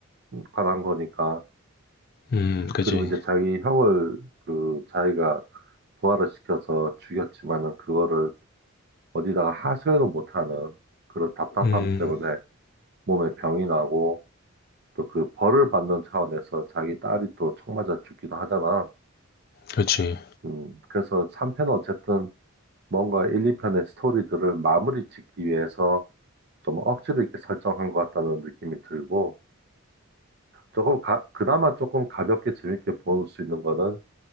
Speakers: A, on the right; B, on the left.
A: 관한 거니까
B: 음, 그지.
A: 그리고 이제 자기 형을 그 자기가 부활을 시켜서 죽였지만은 그거를 어디다가 하소연을 못하는 그런 답답함
B: 음,
A: 때문에 몸에 병이 나고 또 그 벌을 받는 차원에서 자기 딸이 또 총 맞아 죽기도 하잖아.
B: 그지.
A: 음, 그래서 3편은 어쨌든 뭔가 1, 2편의 스토리들을 마무리 짓기 위해서 좀 억지로 이렇게 설정한 것 같다는 느낌이 들고 조금 가- 그나마 조금 가볍게 재밌게 볼 수 있는 거는